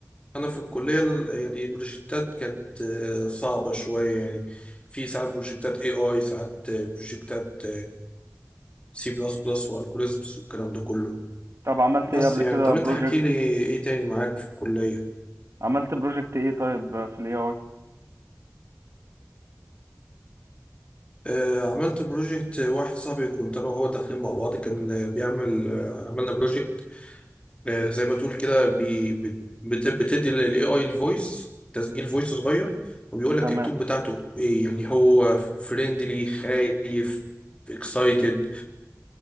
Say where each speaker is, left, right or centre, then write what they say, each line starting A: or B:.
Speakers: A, on the left; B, on the right.
A: انا في الكلية يعني البروجكتات كانت آه، صعبة شوية يعني في ساعات بروجكتات اي اي ساعات آه، بروجكتات سي بلس بلس والجوريزمز والكلام ده كله
B: طب عملت
A: بس
B: ايه قبل
A: يعني
B: كده
A: طب
B: بروجكت
A: انت حكي لي ايه تاني معاك في الكلية
B: عملت بروجكت ايه طيب في الاي اي
A: آه عملت بروجكت واحد صاحبي كنت انا وهو داخلين مع بعض كان بيعمل آه عملنا بروجكت آه زي ما تقول كده بي بت- بت- بتدي للاي اي الفويس تسجيل فويس صغير وبيقول لك
B: تمام
A: التون بتاعته ايه يعني هو فريندلي خايف اكسايتد